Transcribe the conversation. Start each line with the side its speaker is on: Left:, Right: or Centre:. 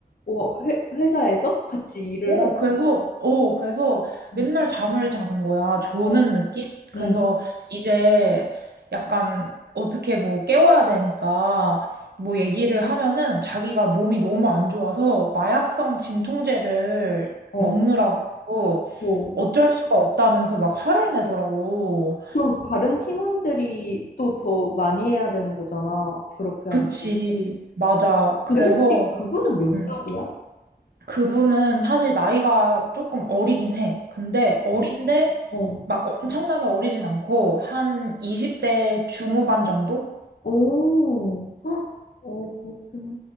Left: 어, 회, 회사에서 같이 일을
Right: 어,
Left: 하,
Right: 그래서, 어, 그래서
Left: 응.
Right: 맨날 잠을 자는 거야. 조는
Left: 어,
Right: 느낌? 그래서
Left: 응.
Right: 이제 약간 어떻게 뭐 깨워야 되니까 뭐 얘기를 하면은 자기가 몸이 너무 안 좋아서 마약성 진통제를
Left: 어,
Right: 먹느라고
Left: 어.
Right: 어쩔 수가 없다면서 막 화를 내더라고.
Left: 그럼 다른 팀원들이 또 더 많이 해야 되는 거잖아. 그렇게 하면.
Right: 그치. 맞아. 그래서,
Left: 근데 혹시 그분은 몇 살이야?
Right: 음. 그분은 사실 나이가 조금 어리긴 해. 근데 어린데
Left: 어. 어.
Right: 막 엄청나게 어리진 않고 한 20대 중후반 정도?
Left: 오. 헉, 어, 그렇구나.